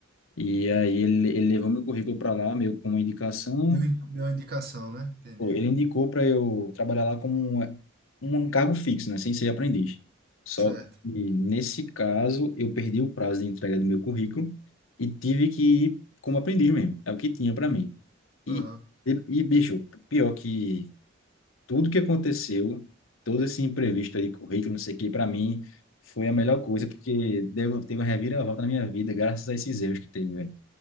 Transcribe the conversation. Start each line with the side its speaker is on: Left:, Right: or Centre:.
Left: E aí ele, ele levou meu currículo para lá, meio com uma indicação.
Right: deu, in- deu uma indicação, né? Entendi.
Left: ele indicou para eu trabalhar lá como um, um cargo fixo, né, sem ser aprendiz. Só
Right: Certo.
Left: que nesse caso eu perdi o prazo de entrega do meu currículo e tive que ir como aprendiz mesmo. É o que tinha para mim. E,
Right: Aham.
Left: e, e, bicho, pior que tudo que aconteceu, todo esse imprevisto aí, currículo, não sei o que, para mim foi a melhor coisa, porque deu, teve uma reviravolta na minha vida, graças a esses erros que teve, velho.